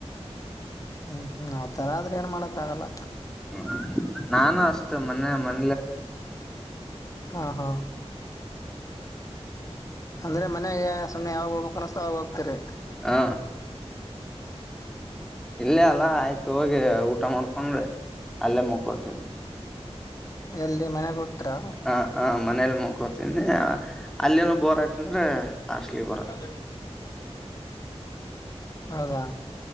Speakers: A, on the left; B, in the centre.
A: ಹ್ಮ್ ಹ್ಮ್ ಆತರ ಆದ್ರ ಏನ್ ಮಾಡಕ್ ಆಗಲ್ಲ.
B: ಹ್ಮ ನಾನು ಅಷ್ಟೇ ಮನೆ ಮ
A: ಹ ಹಾ ಅಂದ್ರೆ ಮನೆಗೆ ಸುಮ್ಮ್ನೆ ಯಾವ ಹೋಗ್ಬೇಕಕ್ ಕನಿಸ್ತಾ ಆ ಹೋಗ್ತರಿ
B: ಹ ಇಲ್ಲೇ ಅಲ್ಲ ಆಯ್ತ ಹೋಗಿ ಊಟ ಮಾಡ್ಕೊಂಡ್ರೆ ಅಲ್ಲೇ ಮುಕ್ಕೊಡ್ತೀನಿ
A: ಎಲ್ಲಿ ಮನೆಗ್ ಹೋಗ್ತೀರಾ
B: ಹ ಹ ಮನೇಲಿ ಮುಕೋತನಿ ಅಲ್ಲಿನ ಬೋರ್ ಆಯ್ತಂದ್ರೆ ಹಾಸ್ಟೆಲಿಗೆ
A: ಹ
B: ಬರೋದು
A: ತಾಜ ಹೌದಾ